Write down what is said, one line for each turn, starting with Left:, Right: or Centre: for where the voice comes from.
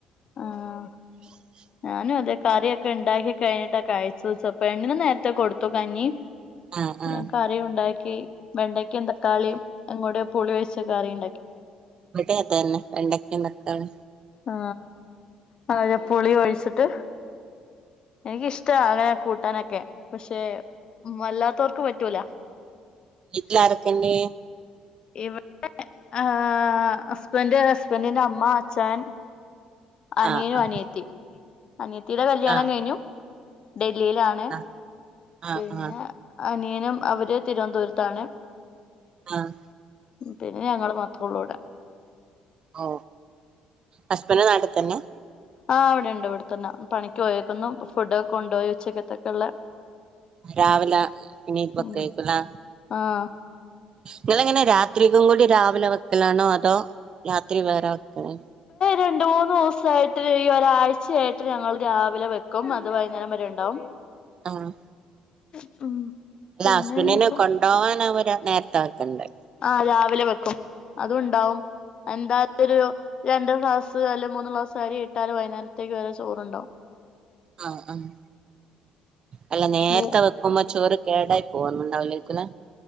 Left: ആഹ്
Right: <inaudible>
Left: ഞാനും അതേ കറിയൊക്കെ ഉണ്ടാക്കി ക്കഴിഞ്ഞിട്ടാ കഴിച്ചത് പെണ്ണിന് നേരത്തെ കൊടുത്തു കഞ്ഞി
Right: ആഹ് ആഹ്
Left: ഞാൻ കറി ഉണ്ടാക്കി വെണ്ടയ്ക്കയും തക്കാളിയും അങ്ങോട്ടു പുളി വെച്ച് കറി ഉണ്ടാക്കി
Right: ഇവിടെയും അതു തന്നെ വെണ്ടയ്ക്കയും തക്കാളി
Left: ആ വാഴപുളി ഒഴിച്ചിട്ട് എനിക്കിഷ്ടമാ അങ്ങനെ കൂട്ടാനൊക്കെ പക്ഷെ വല്ലാത്തവർക്ക് പറ്റൂല
Right: വീട്ടിലാരക്കെയുണ്ട്?
Left: ഇവിടെ ആ ഹസ്ബൻ്റ്, ഹസ്ബൻഡിന്റെ അമ്മ, അഛായൻ അനിയനും
Right: ആഹ് ആഹ്
Left: അനിയത്തിയും, അനിയത്തിയുടെ കല്യാണം
Right: ആഹ്
Left: കഴിഞ്ഞു ഡൽഹിയിലാണ്. നെ
Right: ആഹ് ആഹ്
Left: പിന്നെ
Right: ആഹ്
Left: അനിയനും അവര് തിരുവനന്തപുരത്താണ്.
Right: ആഹ്
Left: പിന്നെ ഞങ്ങള് മാത്രേ ഉള്ളൂ ഇവിടെ.
Right: ഓ ഹസ്ബൻഡ് നാട്ടിൽത്തന്നെ
Left: ആഹ് ഇവിടെയുണ്ട് ഇവിടെത്തന്നെ പണിക്ക് പോയേക്കുന്നു. ഫുഡൊക്കെ കൊണ്ടുപോയി ഉച്ചക്കത്തേക്കുള്ള
Right: രാവിലെ മീൻ വെക്കുയ്ക്കുലേ
Left: ഉം ആഹ്
Right: നിങ്ങളെ എങ്ങനെ ത്രിക്കും കൂടി രാവിലെ വെക്കലാണോ അതോ രാത്രി വേറെ വെക്കലാണോ?
Left: രണ്ടു മൂന്നു ദിവസമായിട്ട് ഈ ഒരാഴ്ചയായിട്ട് ഞങ്ങൾ രാവിലെ വെക്കും. അത് വൈകുന്നേരം വരെ ഉണ്ടാവും.
Right: ആഹ്
Left: <unintelligible>
Right: അല്ല
Left: പിന്നെ
Right: ഹസ്ബൻഡിനെ
Left: ഇനിയിപ്പം
Right: കൊണ്ടോവാൻ അവര് നേരത്തെ ആക്കണ്ടേ?
Left: ആഹ് രാവിലെ വെക്കും അതുണ്ടാവും എന്തായൊരു രണ്ട് ക്ലാസ് അല്ലെ മൂന്ന് ക്ലാസ് അരി ഇട്ടാല് വൈകുന്നേരത്തേക്ക് വരെ ചോറുണ്ടാവും.
Right: ആഹ് ആഹ് അല്ല നേര്ത്തെ
Left: മൂ
Right: വെക്കുമ്പോ ചോറ് കേടായി പോകുന്നുണ്ടാവിലെയ്ക്കു ലേ